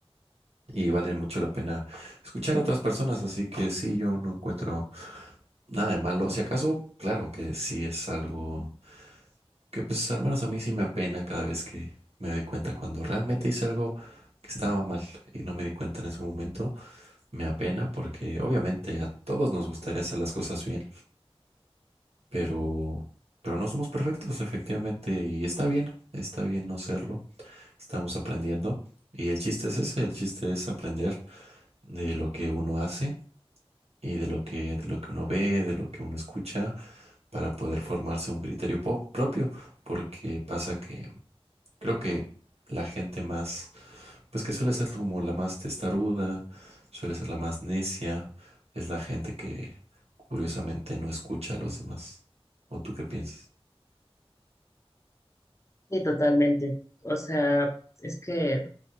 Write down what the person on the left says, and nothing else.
Sí, totalmente. O sea, es que,